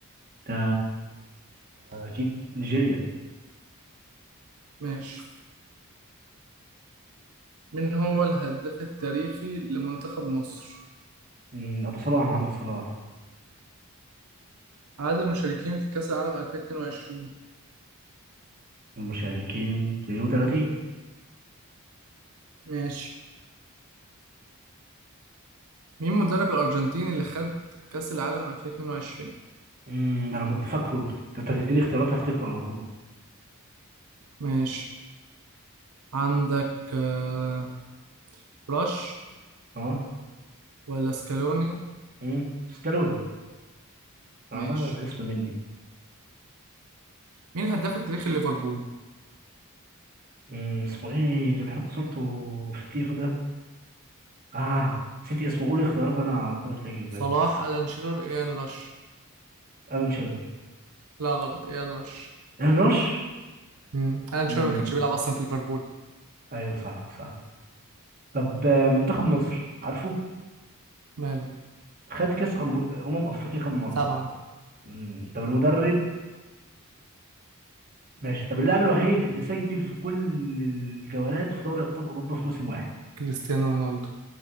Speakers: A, on the right; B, on the right.
A: ده أكيد نيجيريا
B: ماشي من هو الهداف التاريخي لمنتخب مصر؟
A: مم، أبو صلاح محمد صلاح
B: عدد المشاركين في كأس العالم 2022
A: المشاركين 32
B: ماشي مين مدرب الأرجنتين اللي خد كأس العالم 2022
A: مم، ده أنا كنت فاكره ده أنت هتديني اختيارات هفتكره على طول
B: ماشي عندك آه، راش
A: أه
B: ولا سكالوني
A: مم، ستالوني أنا
B: ماشي
A: ده الاسم مني
B: مين الهداف التاريخي لليفربول
A: مم، اسمه إيه اللي بيحط صورته في التيفو ده آه نسيت اسمه قولي اختيارات أنا على طول هتلاقيه في بالي
B: صلاح ألان شيرر إيان راش
A: ألان شيرر
B: لا غلط إيان راش
A: ألان روش
B: مم. ألان
A: مم،
B: شيرر ما كانش بيلعب أصلا في ليفربول
A: أيوه صح صح طب آه، منتخب مصر عارفه
B: ماله
A: خد كأس أمر- أمم أفريقيا كام مرة؟
B: سبعة
A: مم، طب المدرب ماشي طب اللاعب الوحيد اللي سجل في كل الجولات في دوري ابطال اوروبا في موسم واحد
B: كريستيانو رونالدو